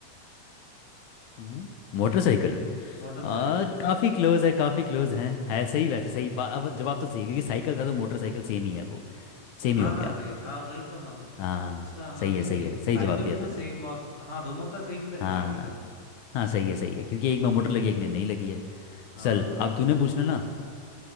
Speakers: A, on the left (about 75°); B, on the left (about 50°).
A: हम्म मोटरसाइकिल
B: मोटरसाइकिल
A: आ काफी क्लोज है काफी क्लोज है है सही वैसे सही बा, अब जवाब तो सही है क्योंकि साइकिल था तो मोटरसाइकिल सेम ही है वो सेम
B: हाँ
A: ही हो
B: ना
A: गया
B: भाई हाँ वही तो ना
A: हाँ
B: अच्छा हाँ
A: सही
B: नहीं
A: है
B: नहीं
A: सही है सही
B: साइकिल
A: जवाब दिया
B: में तो
A: तूने
B: सेम और हाँ दोनों का सेम ही रहेगा
A: हाँ
B: एक हिसाब से
A: हाँ सही है सही है क्योंकि एक में मोटर
B: अरे
A: लगी एक में नहीं लगी है
B: हाँ
A: चल अब
B: हाँ
A: तूने पूछना ना